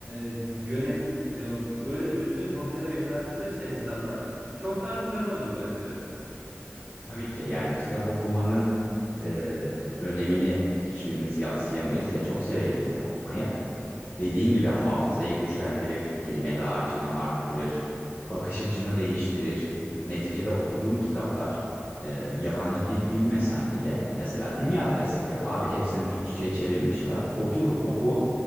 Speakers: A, on the right; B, on the left.
A: e, yönel e, böyle düzgün hobilere yöneltilirse insanlar çok daha güzel olur bence.
B: Tabii ki yani kitap okumanın e, önemini hiçbirimiz yadsıyamayız ve çok severim kitap okumayı. Dediğin gibi hafızayı güçlendirir, kelime dağarcığını arttırır, bakış açını değiştirir. Neticede okuduğum kitaplar e, yabancı dil bilmesem bile mesela dünya klasikleri abi hepsinin Türkçe'ye çevrilmişi var. Otur oku